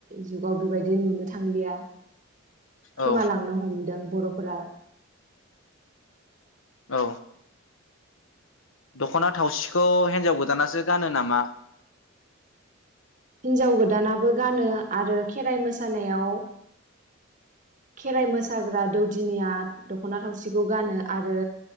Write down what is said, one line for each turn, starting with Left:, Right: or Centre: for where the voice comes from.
Right: जुगाव बेबायदि नुनो थांलिया । खोमालांनो
Left: औ
Right: हमदों। बरफोरा।
Left: औ। दखना थावसिखौ हिनजाव गोदानासो गानो नामा?
Right: हिनजाव गोदानाबो गानो आरो खेराइ मोसानायाव खेराइ मोसाग्रा दौदिनिया दखना थावसिखौ गानो आरो